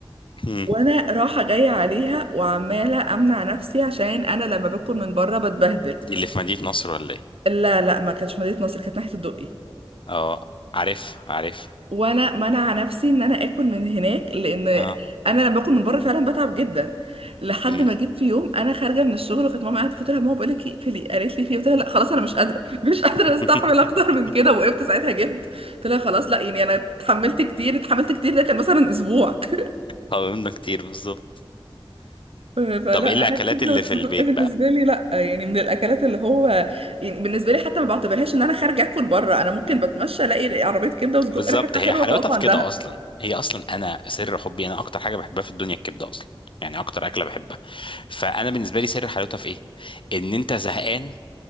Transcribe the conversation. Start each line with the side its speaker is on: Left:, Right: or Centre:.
Left: مم.
Right: وانا رايحه جايه عليها وعماله امنع نفسي عشان انا لما باكل من بره بتبهدل
Left: دي اللي في مدينه نصر ولا ايه
Right: لا لا ما كانتش مدينه نصر كانت ناحيه الدقي
Left: اه عارف عارف
Right: وانا منع نفسي ان انا اكل من هناك لان
Left: اه
Right: انا لما باكل من بره فعلا بتعب جدا لحد
Left: مم.
Right: ما جيت في يوم انا خارجه من الشغل وكانت ماما قاعده قلت لها ماما بقول لك اقفلي قالت لي في إيه؟ قلت لها لا خلاص انا مش قادره <laughs> مش قادره
Left: <laughs>
Right: استحمل اكتر من كده وقفت ساعتها جبت قلت لها خلاص لا يعني انا اتحملت كتير اتحملت كتير ده كان مثلا اسبوع <laughs>
Left: قاومنا كتير بالظبط
Right: فلا
Left: طب ايه الاكلات
Right: انا الكبده
Left: اللي
Right: والسجق
Left: في البيت
Right: بالنسبه لي لا يعني من الاكلات اللي هو يعني بالنسبه لي حتى ما بعتبرهاش ان انا خارجه اكل بره انا ممكن
Left: بقى
Right: بتمشى الاقي عربيه كبده وسجق
Left: بالظبط
Right: ريحتها
Left: هي
Right: حلوه
Left: حلاوتها
Right: فاقف
Left: في
Right: عندها
Left: كده اصلا هي اصلا انا سر حبي انا اكتر حاجه بحبها في الدنيا الكبده اصلا يعني اكتر اكله بحبها فانا بالنسبه لي سر حلاوتها في ايه ان انت زهقان